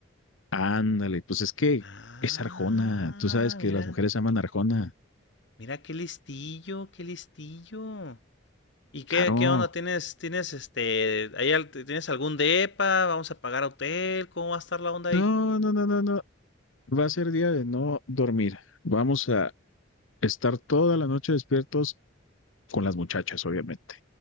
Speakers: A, on the left (about 80°); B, on the left (about 60°).
A: Ándale, pues es que
B: Ah,
A: es Arjona, tú sabes que
B: mira,
A: las mujeres aman a Arjona,
B: mira qué listillo, qué listillo. ¿Y qué,
A: claro.
B: qué onda? ¿Tienes, tienes este, ahí al- tienes algún depa? ¿Vamos a pagar hotel? ¿Cómo va a estar la onda
A: No,
B: ahí?
A: no, no, no, no, va a ser día de no dormir. Vamos a estar toda la noche despiertos con las muchachas, obviamente.